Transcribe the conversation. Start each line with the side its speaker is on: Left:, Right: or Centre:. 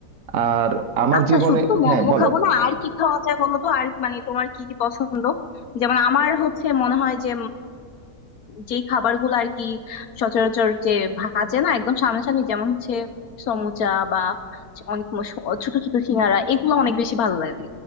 Right: আর আমার
Left: আচ্ছা
Right: জীবনে
Left: শুধু তো মোমো
Right: হ্যাঁ বলো
Left: খাবো না আর কি খাওয়া যায় বলো তো আর মানে তোমার কি কি পছন্দ যেমন আমার হচ্ছে মনে হয় যে যে খাবারগুলো আর কি সচরাচর যে ভাজে না একদম সামনাসামনি যেমন হচ্ছে সমুচা বা অনেক মশ- ছোট ছোট সিঙ্গারা এগুলো অনেক বেশি ভালো লাগে